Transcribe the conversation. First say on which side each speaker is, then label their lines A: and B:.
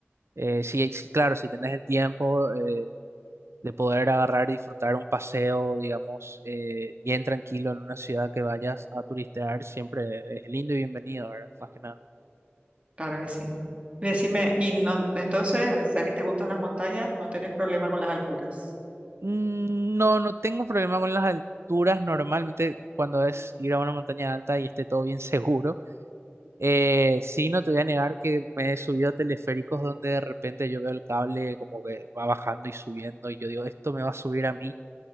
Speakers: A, on the right; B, on the right.
A: Eh, sí, sí, claro, si tenés el tiempo eh, de poder agarrar y disfrutar un paseo, digamos, eh, bien tranquilo en una ciudad que vayas a turistear, siempre es lindo y bienvenido, ¿verdad? Más que nada.
B: Claro que sí. Y Decime, y no, entonces, ya que te gustan las montañas, no tenés problema con las alturas.
A: Mm, No, no tengo problema con las alturas. Normalmente cuando es ir a una montaña alta y esté todo bien <laughs> seguro. Eh, sí, no te voy a negar que me he subido a teleféricos donde de repente yo veo el cable como que va bajando y subiendo y yo digo, esto me va a subir a mí